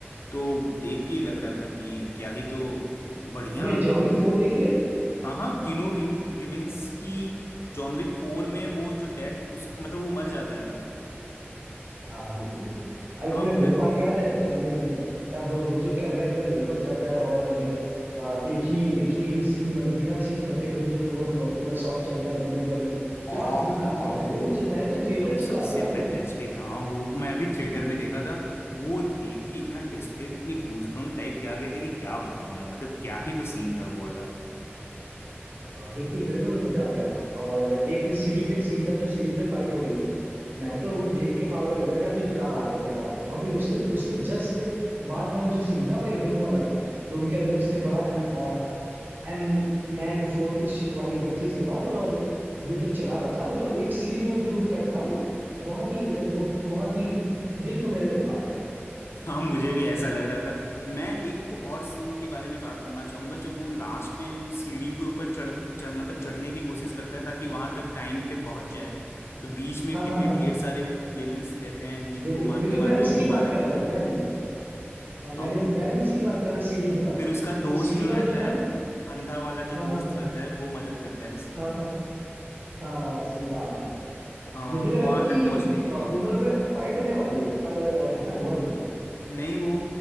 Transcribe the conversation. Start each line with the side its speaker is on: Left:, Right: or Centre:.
Left: तो देख के ही लग रहा था कि क्या ही तो बढ़िया
Right: तुमने जॉन
Left: मतलब
Right: विक फोर देखी है
Left: हाँ हाँ किनो रिवेंस की जॉन विक फोर में वो जो डेड उस मतलब वो मर जाता है ना
Right: हाँ हाँ बिल्कुल बिल्कुल अरे
Left: हाँ
Right: तुम्हें
Left: वो
Right: वो
Left: मैंने
Right: पार्ट
Left: देखी
Right: याद है जॉन विक में तब वो जो कैमरा एंगल ऊपर जाता है और आ, एक ही एक ही सीन मतलब बिना सीन कटे हुए जो पूरा पूरा शॉट चलता है बंदूक वाली
Left: हाँ
Right: क्या हुक्कप
Left: हाँ
Right: था भाई
Left: वो
Right: वो मुझे मैंने
Left: मतलब
Right: तो थिएटर
Left: वो सबसे
Right: चिल्ला डाला
Left: फैंटेस्टिक हाँ वो मैं भी थिएटर में देखा था वो देख के इतना डेस्परेट इतनी गूजबम्प टाइप के आ गए थे कि क्या बताऊं यार मतलब क्या ही तो सीन था वो
Right: हाँ बिल्कुल मेरे को तो मजा आ गया था और एक सीढ़ी पे सीन था जो सीढ़ी पे फाइट हो रही थी मैं तो वो देख के पागल हो गया था कि क्या बात है क्या बात है और फिर उसके उसके जस्ट बाद वाला जो सीन था वही रूम वाला था रूम के अंदर इसने बड़ा एम आ, एम मैग फोर कुछ वाली गन थी इसके पास और ये तो चला रहा था जो एक सीन में जो वो कट था वो बहुत ही मेरे को बहुत ही दिल को मेरे भा गया था
Left: हाँ मुझे भी ऐसा लग रहा था मैं एक खो- और सीन के बारे में बात करना चाहूंगा जब वो लास्ट में सीढ़ियों के ऊपर चढ़ चढ़ मतलब चढ़ने की कोशिश करता है ताकि वहां तक टाइम पे पहुंच जाए तो बीच में
Right: हाँ
Left: कितने
Right: हाँ हाँ
Left: ढेर
Right: हाँ
Left: सारे विलन्स रहते हैं जिनको
Right: बिल्कुल
Left: मारते
Right: बिल्कुल
Left: मारते
Right: मैं
Left: वो
Right: उसी
Left: दोबारा
Right: की बात कर
Left: गिर
Right: रहा
Left: जाता
Right: था मैं
Left: है
Right: भी हाँ मैंने
Left: हाँ वो
Right: मैं भी उसी
Left: कि-
Right: की बात कर रहा था सीढ़ी की बात
Left: फिर उसका दोस्त
Right: तो सीढ़ी
Left: जो
Right: वाला
Left: रहता
Right: जो था
Left: है
Right: ना
Left: अंधा वाला जो
Right: हाँ हाँ
Left: दोस्त
Right: हाँ
Left: रहता है वो मदद करता है उसकी
Right: हाँ हाँ हाँ सही कहा आपने
Left: आ,
Right: मुझे लगा
Left: वहां
Right: था कि
Left: तक पहुंचने के
Right: अ, उन
Left: लिए
Right: दोनों में फाइट होने वाली है पर अ, ऐसा हुआ नहीं
Left: नहीं वो